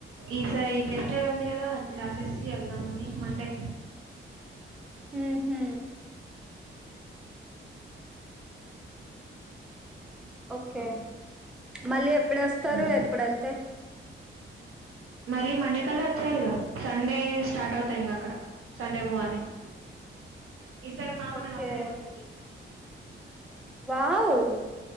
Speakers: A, on the right; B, in the centre.
A: ఈసారి ఈ టెస్ట్ ఉంది కదా అది క్లాసెస్ వెళ్దామని మండే
B: ఉహు ఓకే మళ్ళీ ఎప్పుడు వస్తారు
A: హ్మ్.
B: ఎప్పుడు వెళ్తే
A: మళ్ళీ మండే కల్లా వచ్చేయాలిగా సండే స్టార్ట్ అవుతాయి ఇంకా అక్కడ సండే మార్నింగ్ ఈ సారి మామ్మ
B: ఓకే
A: నన్ ఒక్కదాన్నే పంపాద్ ఎట్ల
B: వావ్